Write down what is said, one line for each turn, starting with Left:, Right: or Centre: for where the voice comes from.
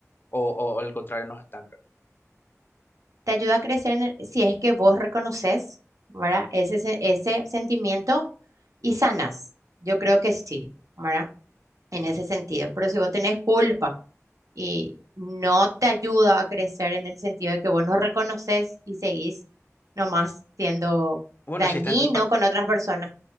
Left: o, o al contrario nos estanca?
Right: Te ayuda a crecer en- si es que vos reconoces, ¿verdad? Ese, se- ese sentimiento y sanas. Yo creo que sí, ¿verdad? En
Left: Ujú.
Right: ese sentido. Pero si vos tenés culpa y no te ayuda a crecer en el sentido de que vos no reconoces y seguís nomás siendo
Left: Bueno,
Right: dañino
Left: si está en el papel.
Right: con otras personas